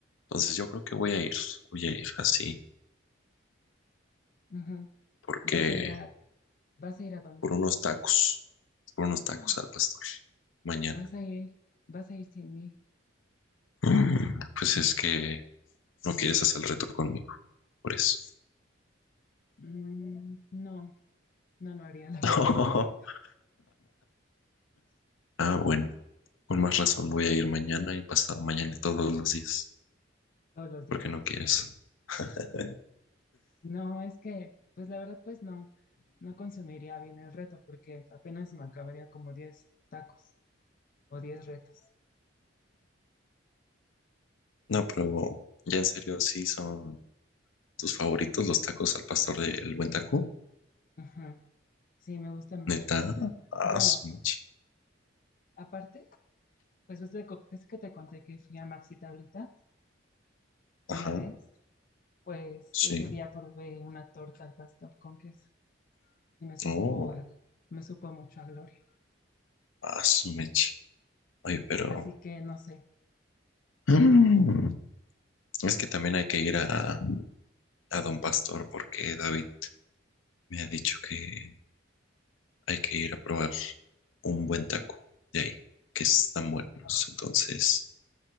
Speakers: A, on the left; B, on the left.
A: Entonces yo creo que voy a ir, voy a ir así,
B: ujú.
A: porque
B: Vas a ir a, vas a ir a dónde?
A: por unos tacos, por unos tacos
B: <gasps>
A: al pastor, mañana.
B: Vas a ir, vas a ir sin mí.
A: Mm, Pues es que no quieres hacer el reto conmigo, por eso.
B: Mm, no, no lo haría, <laughs> la
A: <laughs>
B: verdad, porque
A: Ah, bueno. Con más razón voy a ir mañana y pasado mañana y todos los días,
B: todos los días.
A: porque no quieres. <laughs>
B: No, es que, pues la verdad, pues no, no consumiría bien el reto, porque apenas se me acabaría como 10 tacos o 10 retos.
A: No, pero ya en serio, sí son tus favoritos los tacos al pastor del Buen Taco.
B: Ajá, Sí, me gustan mucho.
A: Neta, ah,
B: Bueno,
A: su meche.
B: aparte, pues ves, de co- ves que te conté que fui a Maxi Tablita una
A: Ajá,
B: vez, pues
A: sí.
B: ese día probé una torta al pastor con queso y me supo,
A: Oh,
B: a- me supo mucho a gloria.
A: ah, su meche. Oye, pero
B: Así que no sé,
A: mm, es que también hay que ir a, a Don Pastor porque David me ha dicho que hay que ir a probar un buen taco de ahí, que están buenos. Entonces